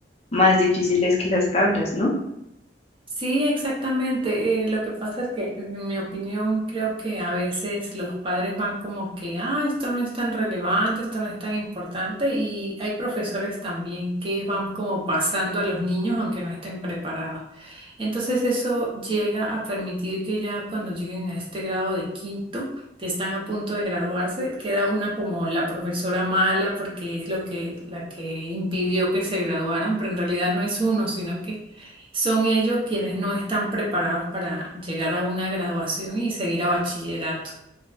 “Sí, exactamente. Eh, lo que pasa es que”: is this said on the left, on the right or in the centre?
Right